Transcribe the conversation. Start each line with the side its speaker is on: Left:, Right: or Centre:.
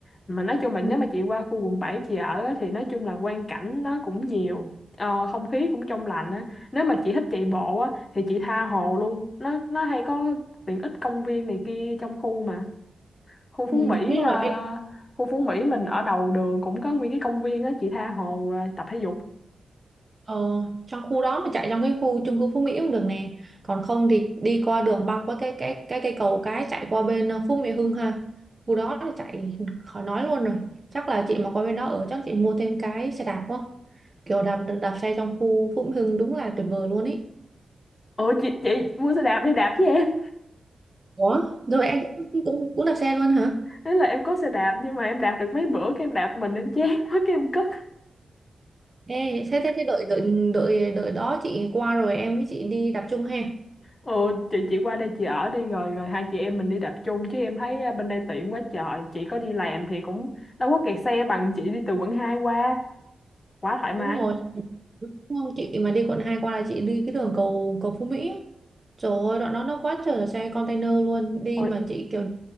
Left: Mà nói chung là
Right: ừ.
Left: nếu mà chị qua khu quận 7 chị ở á, thì nói chung là quang cảnh nó cũng nhiều, ờ, không khí cũng trong lành á. Nếu mà chị thích chạy bộ á thì chị tha hồ luôn. Nó nó hay có tiện ích công viên này kia trong khu mà. Khu Phú
Right: Ừ. Nói
Left: Mỹ
Right: chung
Left: ờ,
Right: là bên
Left: khu Phú Mỹ mình ở đầu đường cũng có nguyên cái công viên á chị tha hồ ờ, tập thể dục.
Right: Ờ, trong khu đó mà chạy trong cái khu chung cư Phú Mỹ cũng được nè còn không thì đi qua đường băng qua cái cái cái cây cầu cái chạy qua bên ờ, Phú Mỹ Hưng ha khu đó là chạy khỏi nói luôn rồi chắc là chị mà qua bên đó ở chắc chị mua thêm cái xe đạp quá kiểu đạp đạp xe trong khu Phú Mỹ Hưng đúng là tuyệt vời luôn ý
Left: Ủa chị chị mua xe đạp đi đạp với em.
Right: Ủa? rồi em cũng cũng cũng đạp xe luôn hả
Left: Thế là em có xe đạp nhưng mà em đạp được mấy bữa cái em đạp mình em chán quá cái em cất.
Right: ê thế thế, thế đợi đợi đợi đợi đó chị qua rồi em với chị đi đạp chung ha
Left: Ồ chị chị qua đây chị ở đi rồi rồi hai chị em mình đi đạp chung chứ em thấy à, bên đây tiện quá trời. Chị có đi làm thì cũng đâu có kẹt xe bằng chị đi từ quận hai qua, quá thoải mái.
Right: Đúng rồi. Đúng không? Chị mà đi quận 2 qua là chị đi cái đường cầu cầu Phú Mỹ ấy. Trời ơi đoạn đó nó quá trời là xe container luôn đi
Left: Ôi
Right: mà chị kiểu